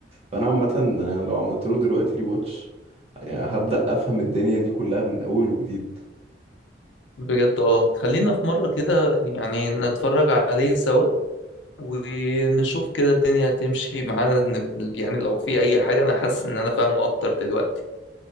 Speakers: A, on the right; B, on the left.
A: فانا عامه أنا لو عملت له دلوقتي ريواتش يعني هبدا افهم الدنيا دي كلها من اول وجديد
B: بجد اه خلينا في مرة كده يعني نتفرج عليه سوا ونشوف كده الدنيا هتمشي معانا ن- يعني لو في اي حاجة انا حاسس ان انا فاهمه اكتر دلوقتي